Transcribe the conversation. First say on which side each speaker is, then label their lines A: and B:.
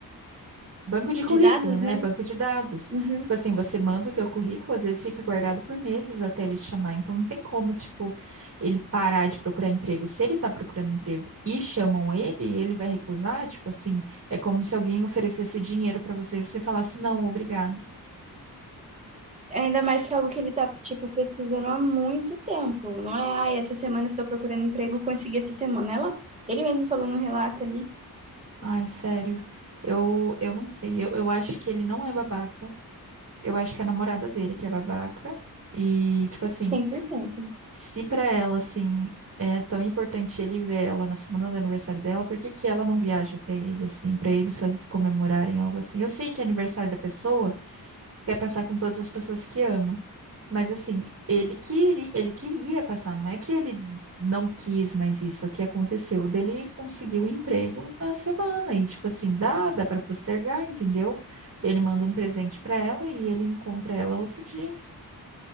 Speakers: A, on the right; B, on the right.
A: Banco de currículo,
B: de dados,
A: né?
B: né?
A: Banco de dados.
B: Uhum.
A: Tipo assim, você manda o teu currículo, às vezes fica guardado por meses até ele te chamar. Então não tem como, tipo, ele parar de procurar emprego. Se ele tá procurando emprego e chamam ele, ele vai recusar, tipo assim, é como se alguém oferecesse dinheiro pra você e você falasse não, obrigado.
B: Ainda mais que é algo que ele tá, tipo, pesquisando há muito tempo. Não é, ai, essa semana estou procurando emprego, consegui essa semana. Ela, ele mesmo falou no relato ali,
A: Ai, sério. Eu, eu não sei. Eu, eu acho que ele não é babaca. Eu acho que é a namorada dele que é babaca. E, tipo assim,
B: cem por cento.
A: se para ela, assim, é tão importante ele ver ela na semana do aniversário dela, por que que ela não viaja até ele, assim, para eles faz- comemorarem algo assim? Eu sei que é aniversário da pessoa, quer passar com todas as pessoas que ama, mas assim, ele queria, ele queria passar, não é que ele não quis mas isso, é que aconteceu dele conseguiu um emprego na semana e tipo assim, dá, dá para postergar, entendeu? Ele manda um presente para ela e ele encontra ela outro dia.